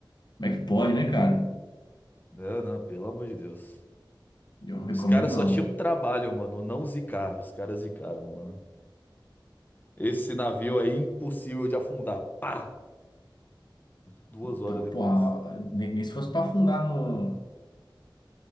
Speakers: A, on the left (about 60°); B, on the left (about 20°).
A: Como é que pode, né, cara?
B: Não, não, pelo amor de Deus.
A: Eu não recomendo,
B: Os caras
A: não.
B: só tinham um trabalho, mano, não zicar. Os caras zicaram, mano. Esse navio é impossível de afundar. Pá! Duas
A: Então,
B: horas depois.
A: pô, a- nem, nem se fosse pra afundar no,